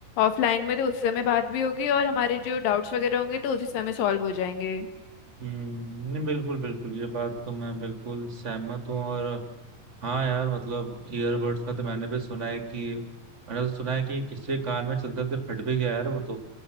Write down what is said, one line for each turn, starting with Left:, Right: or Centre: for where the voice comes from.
Left: ऑफलाइन में तो उस समय बात भी होगी और हमारे जो डाउट्स वगैरह होंगे तो उसी समय सॉल्व हो जाएंगे
Right: हम्म, नहीं बिल्कुल बिल्कुल ये बात तो मैं बिल्कुल सहमत हूँ और हाँ यार मतलब ईयरबड्स का तो मैंने भी सुना है कि मैंने तो सुना है कि किसी कान में चलते चलते फट भी गया यार वो तो